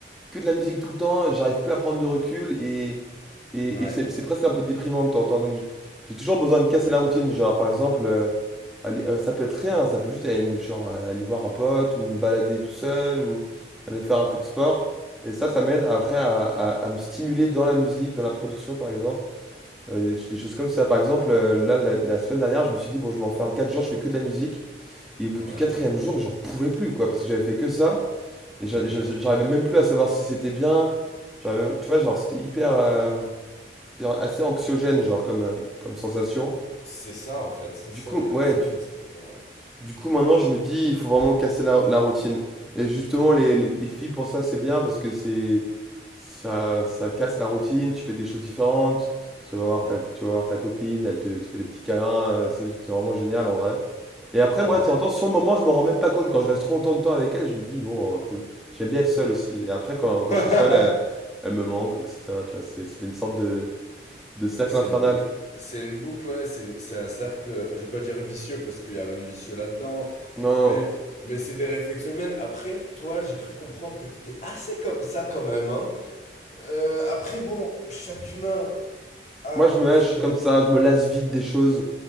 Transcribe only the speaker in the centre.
que de la musique tout le temps, j'arrive plus à prendre de recul et, et,
et c'est c'est presque un peu déprimant de temps en temps. Donc j'ai j'ai toujours besoin de casser
la routine.
Genre par exemple, euh, aller, euh, ça peut être rien, ça peut juste aller, me- genre, euh, aller voir un pote ou me balader tout seul ou aller faire un peu de sport. Et ça, ça m'aide après à, à, à me stimuler dans la musique, dans la production par exemple. Euh, des, des choses comme ça. Par exemple, euh, là, la, la semaine dernière, je me suis dit, bon, je m'enferme 4 jours, je fais que de la musique. Et au bout
du quatrième jour, j'en pouvais plus, quoi, parce que j'avais fait que ça. Et j'a-
j'a-
j'arrivais même plus à savoir si c'était bien. J'arrivais, tu vois, genre, c'était hyper. euh, c'était assez anxiogène, genre, comme, euh, comme sensation.
Du
coup,
ouais,
du,
du coup, maintenant, je me dis, il faut vraiment casser la, la routine. Et justement, les, les, les filles, pour ça, c'est bien parce que c'est. Ça, ça casse la routine, tu fais des choses différentes, tu tu vas voir
ta, tu vas voir ta copine, elle te, te fait des petits câlins, euh, c'est c'est vraiment génial en vrai. Et après, moi,
de temps en temps, sur le moment, je me rends même pas compte. Quand je reste trop longtemps de temps avec elle, je me dis, bon, euh, faut que je- j'aime bien être seul aussi. Et après, quand, quand
je suis seul, elle, elle me manque, etc. Tu vois, c'est c'est une sorte de, de cercle
infernal.
Non, non.
moi,
je
me lâche,
je
suis comme ça, je me lasse vite des choses.